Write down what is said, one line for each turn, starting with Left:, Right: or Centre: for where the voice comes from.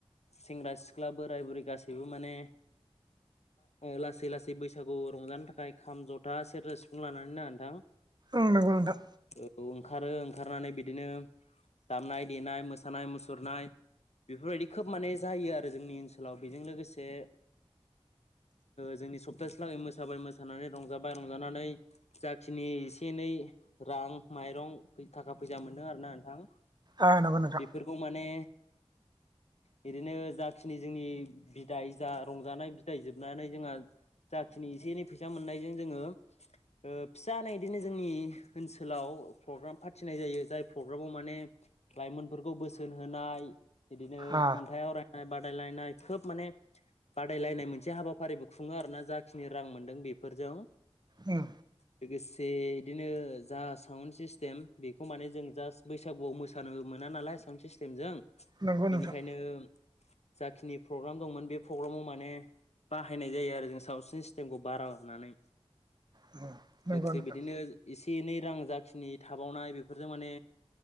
Left: सेंग्रा सिख्ला बोराय बुरै गासैबो माने लासै लासै बैसागु रंजानो थाखाय खाम जथा सेरजा सिफुं लानानै ना नोंथां
Right: औ नंगौ नोंथां।
Left: औ ओंखारो ओंखारनानै बिदिनो दामनाय देनाय मोसानाय मुसुरनाय बेफोरबायदि खोब माने जायो आरो जोंनि ओनसोलाव बेजों लोगोसे जोंनि सप्तासे लागै मोसाबाय मोसानानै रंजाबाय रंजानानै जाखिनि एसे एनै रां माइरं थाखा फैसा मोनदों आर ना नोंथां
Right: ओ नंगौ नोंथां
Left: बेफोरखौ माने बिदिनो जाखिनि जोंनि बिदाय जा रंजानाय बिदाय जोबनानै जोंहा जाखिनि एसे एनै फैसा मोननायजों जोङो ओ फिसानो बिदिनो जोंनि ओनसोलाव प्रग्राम फाथिनाय जायो जाय प्रग्रामाव माने लाइमोनफोरखौ बोसोन होनाय बिदिनो
Right: ओ
Left: खन्थाइ आवरायनाय बादायलायनाय खोब माने बादायलायनाय मोनसे हाबाफारिबो खुङो आरोना जाखिनि रां मोनदों बेफोरजों
Right: उम
Left: <unintelligible> बेदिनो जा साउन्ड सिस्टेम बेखौ माने जों जास्ट बैसागुआव मोसानो मोना नालाय साउन्ड सिस्टेमजों
Right: नंगौ
Left: बेनिखायनो
Right: नोंथां
Left: जाखिनि प्रग्राम दंमोन बे प्रग्रामाव माने बाहायनाय जायो आरो जों साउन्द सिस्टेमखौ बारा होनानै।
Right: उम नंगौ
Left: लोगोसे
Right: नोंथां
Left: बिदिनो इसे बेनि रां जाखिनि थाबावनाय बेफोरजों माने